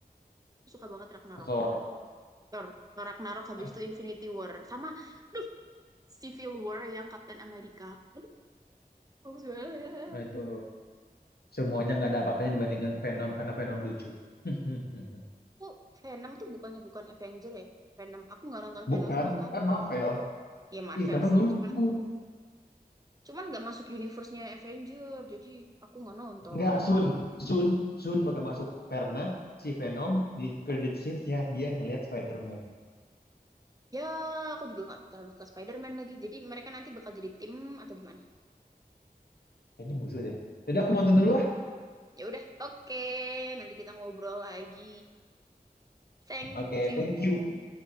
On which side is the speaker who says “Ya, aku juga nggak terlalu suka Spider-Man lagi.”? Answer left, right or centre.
Right